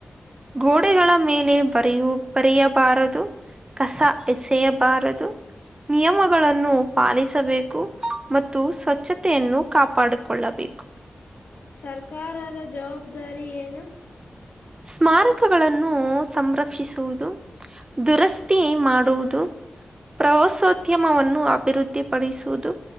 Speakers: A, on the right; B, on the left.
A: ಗೋಡೆಗಳ ಮೇಲೆ ಬರೆಯು ಬರೆಯಬಾರದು ಕಸ ಎಸೆಯಬಾರದು ನಿಯಮಗಳನ್ನು ಪಾಲಿಸಬೇಕು ಮತ್ತು ಸ್ವಚ್ಛತೆಯನ್ನು ಕಾಪಾಡಿಕೊಳ್ಳಬೇಕು
B: ಸರ್ಕಾರದ ಜವಾಬ್ದಾರಿ ಏನು
A: ಸ್ಮಾರಕಗಳನ್ನು ಸಂರಕ್ಷಿಸುವುದು ದುರಸ್ತಿ ಮಾಡುವುದು ಪ್ರವಾಸೋದ್ಯಮವನ್ನು ಅಭಿವೃದ್ಧಿಪಡಿಸುವುದು